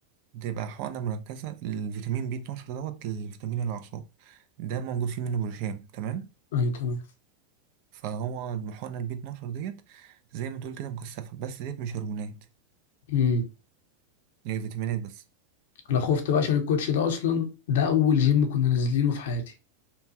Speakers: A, on the right; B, on the left.
A: بتبقى حقنة مركزة الفيتامين بي 12 دوت الفيتامين الأعصاب ده موجود فيه منه بروشام تمام؟
B: ايوه تمام
A: فهو الحقنة البي 12 ديت زي ما تقول كده مكثفة بس ديت مش هرمونات
B: امم
A: هي فيتامينات بس
B: انا خفت بقى عشان الكوتش ده اصلا ده اول جيم كنا نازلينه في حياتي